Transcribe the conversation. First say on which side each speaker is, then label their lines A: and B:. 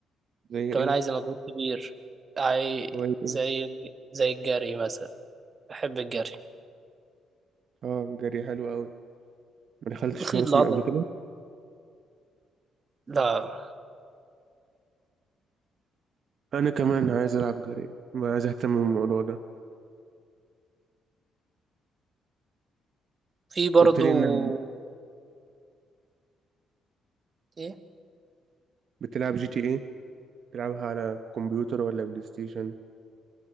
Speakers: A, on the right; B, on the right.
A: زي
B: كمان
A: إيه
B: عايزة مجهود كبير عاي
A: هواية
B: زي
A: إيه
B: زي الجري مثلا بحب الجري
A: آه جري حلو أوي ما دخلتش
B: الخيط
A: ماراثون
B: العضلي
A: قبل كده
B: لا
A: أنا كمان عايز ألعب جري ما عايز أهتم بالموضوع ده
B: في برضو
A: قلت لي إنك
B: إيه
A: بتلعب جي تي إيه بتلعبها على كمبيوتر ولا بلاي ستيشن